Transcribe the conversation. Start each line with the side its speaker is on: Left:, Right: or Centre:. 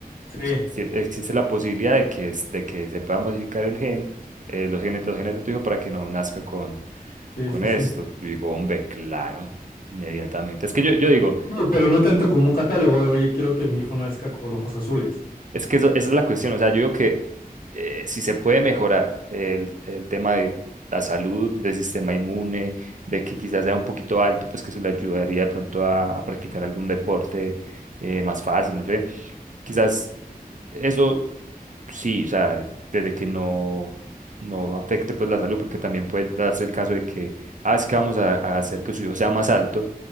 Left: Sí,
Right: Si- Existe la posibilidad de que, es- de que se pueda modificar el gen, eh, los genes, los genes de tu hijo para que no nazca con,
Left: sí,
Right: con
Left: sí,
Right: esto.
Left: sí.
Right: Yo digo, hombre, claro, inmediatamente. Es que yo, yo digo,
Left: No, Pero no tanto como un catálogo de, oye, quiero que mi hijo nazca con ojos azules.
Right: Es que eso, esa es la cuestión, o sea, yo digo que eh, si se puede mejorar el, el tema de la salud, del sistema inmune, de que quizás sea un poquito alto, pues que eso le ayudaría de pronto a, a practicar algún deporte eh, más fácil, no sé. Quizás eso sí, o sea, desde que no, no afecte pues la salud, porque también puede darse el caso de que, ah, es que vamos a, a hacer que su hijo sea más alto